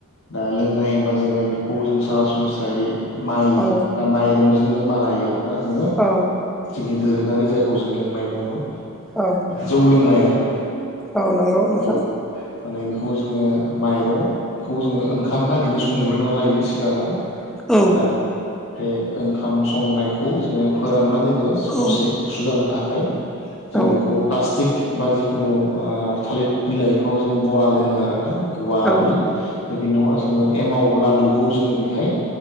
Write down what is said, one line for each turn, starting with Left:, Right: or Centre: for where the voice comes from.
Left: दा लोंनाय होनबा जोङो बेखौ जों सरासनस्रायै माइ
Centre: औ
Left: बा माइरंजोंनो बानायो आरोना जोङो।
Centre: औ
Left: जोंनि दोरोङारि जायखौ जों लोंनाय बुङो।
Centre: औ
Left: जौ लोंनाय आरो
Centre: औ नंगौ नोंथां
Left: औ माने बेखौ जोङो माइरं खौ जोङो ओंखाम बायदिनो संग्रोना लायो सिगाङाव।
Centre: औ।
Left: ओमफ्राय बे ओंखाम संनायखौ जोङो फोरानना दोनो
Centre: औ
Left: दसे। गुसु जानो थाखाय जों
Centre: औ
Left: बेखौ प्लास्टिक बा जिखुनु ओ‌ थालिर बिलाइफ्राव जोङो बना दोनो आरोना। गुवारै
Centre: औ
Left: आरोहाय बेखौ जोङो एमाव लादुखौ जोङो बेहाय